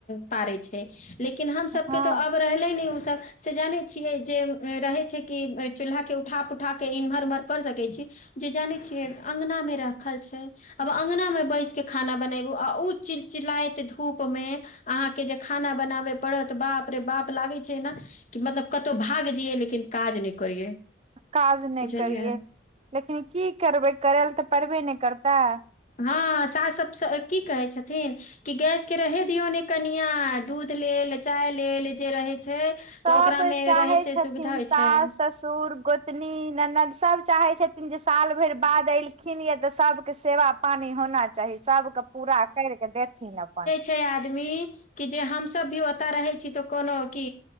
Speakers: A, on the left; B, on the right.
A: पारैत छै छै लेकिन हम सभ
B: हँ
A: के तऽ आब रहलै नय ओसभ से जानै छियै जे रहै छै कि चूल्हा के उठा प उठा क इमहर उम्हर कर सकै छी जे जानै छियै अँगना मे रखल छै आब अँगना मे बैस कऽ खाना बनैबू आ उ चिल चिलाइत धूप मे अहाँके जे खाना बनाबय पड़त बाप रे बाप लागै छै न कि मतलब कतहु भाग जियै लेकिन काज नय करियै
B: काज नय
A: बुझलियै
B: करियै लेकिन की करबै करय लए तऽ पड़बे ने करतै
A: हँ सास सभसँ की कहै छथिन कि गैस के रहे दियो ने कनिया दूध लेल चाय लेल जे रहै छै तऽ
B: सब
A: ओकरा मे
B: चाहै
A: रहै छै
B: छथिन
A: सुविधा होइ
B: सास
A: छै
B: ससुर गोतनी ननद सभ चाहै छथिन जे साल भरि बाद एलखिन यऽ तऽ सभ के सेवा पानि होना चाही सभ के पूरा कैर कऽ देथिन अपन
A: जीते आदमी कि जे हमसभ भी ओतय रहै छी तऽ कोनो की